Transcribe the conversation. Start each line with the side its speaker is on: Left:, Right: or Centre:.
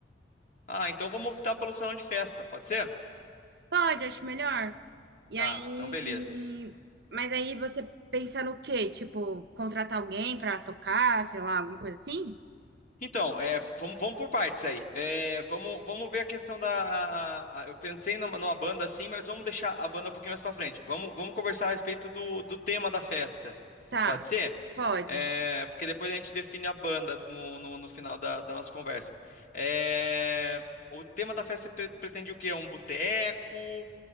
Left: Ah, então vamos optar pelo salão de festa, pode ser?
Right: Pode, acho melhor. E
Left: Tá,
Right: aí.
Left: então beleza.
Right: Mas aí você pensa no quê? Tipo, contratar alguém pra tocar, sei lá, alguma coisa assim?
Left: Então, é, vamos, vamos por partes aí. É, vamos, vamos ver a questão da. a- eu pensei numa, numa banda assim, mas vamos deixar a banda um pouquinho mais pra frente. Vamos, vamos conversar a respeito do, do tema da festa.
Right: Tá,
Left: Pode ser?
Right: pode.
Left: É, porque depois a gente define a banda no, no, no final da, da nossa conversa. É, o tema da festa pre- pretende o quê? Um boteco?